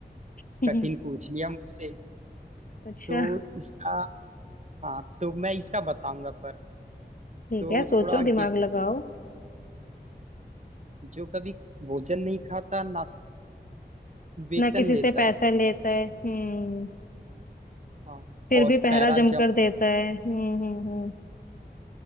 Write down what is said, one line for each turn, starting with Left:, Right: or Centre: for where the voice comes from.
Left: <laughs>
Right: कठिन पूछ लिया मुझसे
Left: अच्छा
Right: तो इसका हाँ तो मैं इसका बताऊंगा पर
Left: ठीक
Right: तो
Left: है सोचो
Right: थोड़ा
Left: दिमाग
Right: गेस
Left: लगाओ
Right: जो कभी भोजन नहीं खाता ना वेतन
Left: ना किसी
Right: लेता
Left: से पैसा लेता है हम्म
Right: हाँ
Left: फिर
Right: और
Left: भी पहरा
Right: पैरा
Left: जमकर
Right: जंप
Left: देता है हम्म हम्म हम्म